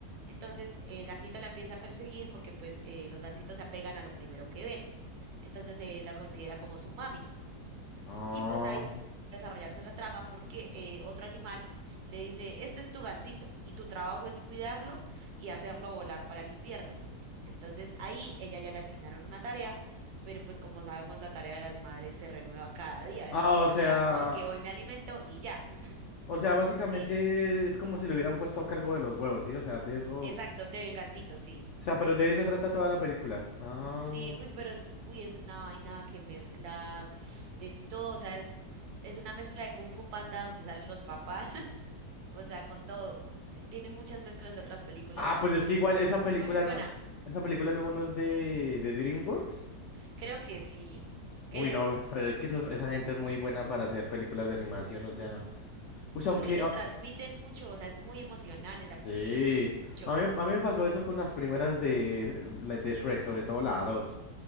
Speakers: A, on the right; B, on the left.
A: Entonces el gansito la empieza a perseguir porque pues eh, los gansitos se apegan a lo primero que ven. Entonces eh, la considera como su mami.
B: Ah,
A: Y pues ahí va a desarrollarse la trama porque eh, otro animal le dice, este es tu gansito y tu trabajo es cuidarlo y hacerlo volar para el invierno. Entonces ahí ella ya le asignaron una tarea, pero pues como sabemos la tarea de las madres se renueva cada día,
B: ah,
A: eso no
B: o
A: se
B: sea.
A: acaba porque hoy me alimento y ya. ujú.
B: O sea, básicamente
A: Sí,
B: es como si lo hubieran puesto a cargo de los huevos, ¿sí? O sea, de eso. O
A: exacto, del gansito, sí.
B: sea, pero de eso trata toda la película. Ah.
A: Sí, uy, pero es, uy, es una vaina que mezcla de todo, o sea, es, es una mezcla de Kung Fu Panda donde salen los papás. O sea, con todo. pues, Tiene muchas mezclas de otras películas,
B: Ah, pues
A: entonces
B: es que igual esa
A: es
B: película
A: muy, muy buena.
B: no. Esa película luego no es de, de DreamWorks.
A: Creo que sí, creo,
B: Uy, no, <laughs> es que esa, esa gente es muy buena para hacer películas de animación, o sea. O sea,
A: ¿no?
B: aunque,
A: Y que
B: a-
A: transmiten mucho, o sea, es muy emocional esa película.
B: Sí,
A: Mucho.
B: a mí, a mí me pasó eso con las primeras de, la de Shrek, sobre todo la 2.